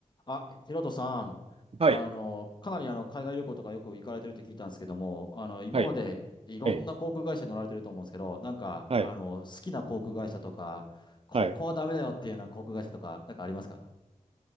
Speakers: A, on the left; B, on the right.
A: あ、ヒロトさん、
B: はい。
A: あの、かなりあの、海外旅行とかよく行かれてるって聞いたんですけども、あの、今までいろんな航空会社に乗られてると思うんですけど、
B: はい。ええ。
A: なんか、
B: はい。
A: あの、好きな航空会社とか、ここはダメだよっていうような航空会社とか、
B: はい。
A: なんかありますか